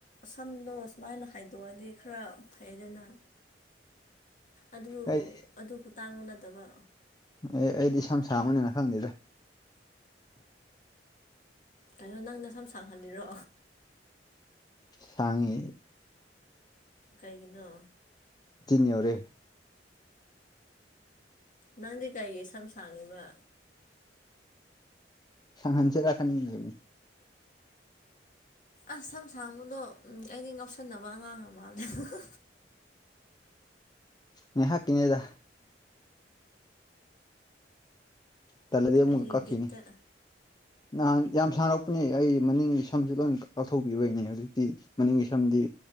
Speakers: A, on the left; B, on the left.
A: ꯁꯝꯗꯣ ꯁꯨꯃꯥꯏꯅ ꯍꯥꯏꯗꯣꯛꯑꯗꯤ ꯈꯔ ꯐꯩꯗꯅ ꯑꯗꯨ
B: ꯑꯩ
A: ꯑꯗꯨ ꯈꯨꯇꯥꯡꯗꯨ ꯅꯠꯇꯕ
B: ꯑꯦ ꯑꯩꯗꯤ ꯁꯝ ꯁꯡꯕꯅꯤꯅ ꯈꯪꯗꯦꯗ
A: ꯀꯩꯅꯣ ꯅꯪꯅ ꯁꯝ ꯁꯥꯡꯍꯜꯂꯤꯔꯣ
B: ꯁꯪꯏꯍꯤ
A: ꯀꯩꯒꯤꯅꯣ
B: ꯇꯅꯤ ꯑꯣꯔꯦ
A: ꯅꯪꯗꯤ ꯀꯔꯤꯒꯤ ꯁꯝ ꯁꯥꯡꯉꯤꯕ
B: ꯁꯪꯍꯟꯁꯤꯔꯥ ꯈꯟ ꯂꯤꯕꯅꯤ
A: ꯑꯁ ꯁꯝ ꯁꯥꯡꯕꯗꯣ ꯑꯩꯗꯤ ꯉꯥꯎꯁꯟꯅꯕ ꯑꯉꯥꯡ ꯃꯥꯜꯂꯕ
B: ꯅ ꯍꯥꯥꯛ ꯀꯅꯦꯗ ꯇꯂꯗꯤ
A: ꯀꯔꯤ
B: ꯑꯃꯨꯛ ꯀꯥ ꯀꯛ
A: ꯕꯤꯠꯇ
B: ꯈꯤꯅꯤ ꯅꯍꯥꯟ ꯌꯥꯝ ꯁꯥꯟꯔꯛꯄꯅꯦ ꯑꯩ ꯃꯅꯤꯡꯒꯤ ꯁꯝꯁꯨ ꯂꯣꯏ ꯀꯥꯛꯊꯣꯛꯄꯤꯕꯩꯅꯦ ꯍꯧꯖꯤꯛꯇꯤ ꯃꯅꯤꯡꯒꯤ ꯁꯝꯗꯤ